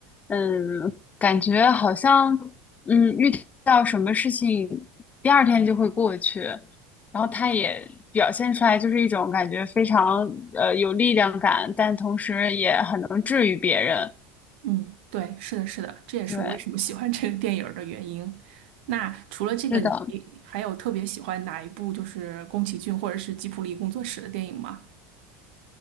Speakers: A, on the left; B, on the right.
A: 嗯，感觉好像嗯遇到什么事情，第二天就会过去，然后他也表现出来就是一种感觉非常呃有力量感，但同时也很能治愈别人。
B: 嗯，对，是的，是的，这也是我为什么喜欢这个电影儿的原因。
A: 对，
B: 那除了这个，
A: 是的，
B: 你还有特别喜欢哪一部就是宫崎骏或者是吉卜力工作室的电影吗？